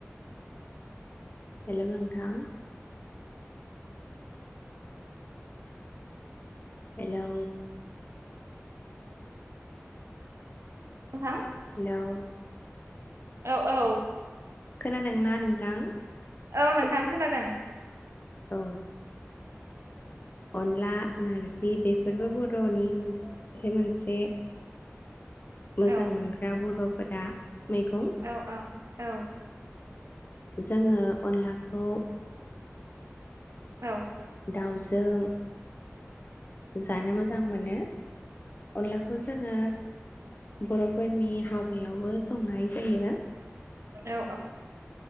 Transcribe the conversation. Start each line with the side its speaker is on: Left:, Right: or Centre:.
Left: हेलौ नोंथां। हेलौ।
Right: <inaudible>
Left: हेलौ।
Right: औ औ।
Left: खोनादोंना नोंथां?
Right: औ नोंथां खोनादों।
Left: औ। अनला नार्जि बेफोरबो बर'नि मोनसे मोनसे मोजां
Right: औ
Left: मोनग्रा बर' फोरा मैगं।
Right: औ औ औ
Left: जोङो अनला खौ
Right: औ।
Left: दाउजों जानो मोजां मोनो। अनलाखौ जोङो बर'फोरनि हाबायावबो संनाय जायो।
Right: औ